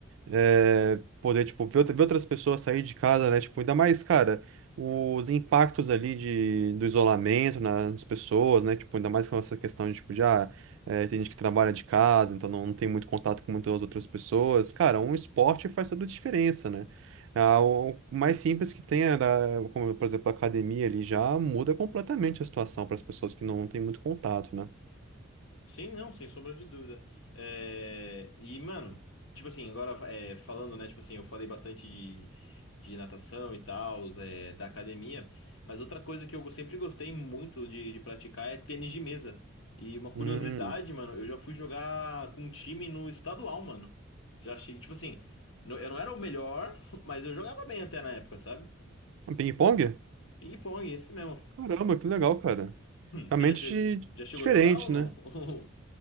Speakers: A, on the right; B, on the left.
A: é, poder, tipo, ver, outra- ver outras pessoas sair de casa, né? Tipo, ainda mais, cara, os impactos ali de, do isolamento nas pessoas, né? Tipo, ainda mais com essa questão de, tipo, já tem gente que trabalha de casa, então não tem muito contato com muitas outras pessoas. Cara, um esporte faz toda a diferença, né? Ah, o o mais simples que tem, é da- como, por exemplo, a academia ali, já muda completamente a situação para as pessoas que não têm muito contato, né?
B: Sim, não, sem sombra de dúvida. É, e, mano, tipo assim, agora é, falando, né? Tipo assim, eu falei bastante de, de natação e tal, é, da academia, mas outra coisa que eu sempre gostei muito de, de praticar é tênis de mesa. E uma curiosidade,
A: Hum,
B: mano, eu já fui jogar com um time no estadual, mano. Já cheguei, tipo assim, não- eu não era o melhor, <laughs> mas eu jogava bem até na época, sabe?
A: um ping-pong?
B: Ping-pong, esse mesmo.
A: Caramba, que legal, cara.
B: <laughs>
A: Realmente
B: Você já chegou,
A: di-
B: já chegou
A: diferente,
B: a jogar ou não?
A: né?